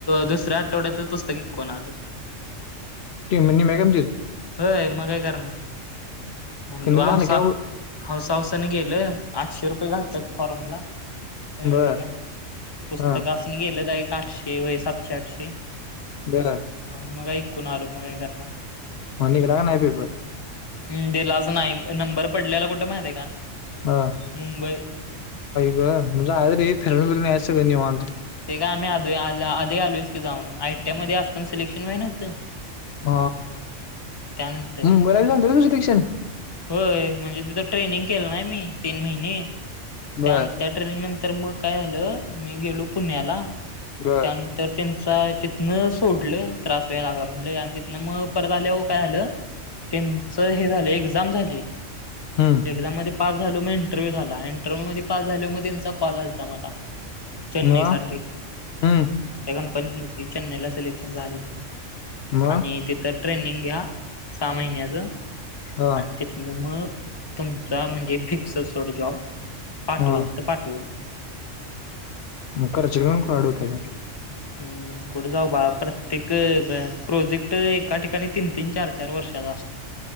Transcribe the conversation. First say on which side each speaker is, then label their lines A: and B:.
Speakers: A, on the left (about 25°); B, on the left (about 60°).
A: दुसऱ्या आठवड्यात पुस्तकिक कोण आलो
B: ते म्हणनी मॅगमज
A: होय मग काय करणार म्हणलो
B: कमी
A: हवसा
B: झालं की अवघड
A: हौसा हौसाने गेलं आठशे रुपये घााततात फॉर्म ला रेल्वेच्या
B: बर
A: पुस्तकसनी
B: हा
A: गेलत एक आठशे व सातशे आठशे
B: ब
A: आणि मग ऐकून आलो मग काही करणार
B: म निकला का ना पेपर
A: हम् दिलाच नाही नंबर पडल्याला कुठे माहित आहे का
B: ह
A: मुंबई
B: ग म्हणजे आहे तरी फिरण फिरच सगळ निवत
A: ते का आम्ही आध आ आधी आलोयच की जाऊन आयटीआय मध्ये असताना सिलेक्शन माहि नव्हतं
B: ह
A: त्यानंतर
B: मुंबईला जालत का दुसरी दे्शण
A: होय म्हणजे तिथं ट्रेनिंग केलं नाही मी तीन महिने
B: बर
A: त्या त्या ट्रेनिंग नंतर मग काय झालं मी गेलो पुण्याला
B: बर
A: त्यान तर त्यांचा तिथनं सोडलं त्रास वेय लागला म्हणले आणि तिथनं मग परत आल्या व काय आलं त्यांच हे झालं एक्झाम झाली.
B: हां
A: एक्झाम मध्ये पास झाल मग इंटरव्ह्यू झाला इंटरव्ह्यू मध्ये पास झाल मग त्यांचा कॉल आता मला चेन्नई
B: मग
A: साठी त्या
B: हम्म
A: कंपनीत न चेन्नईला सिलेक्शन झाले
B: मग
A: आणि तिथं ट्रेनिंग घ्या सहा महिन्याच
B: हा
A: आणि तिथन मग तुमचा म्हणजे फिक्स सोड जॉब पाट
B: हा
A: बोलल तर पाट बोल
B: मुख र चि खडू का
A: हम् कठे जाऊ बा प्रत्येक प्रोजेक्ट एका ठिकाणी तीन तीन चार चार वर्षाचा असतो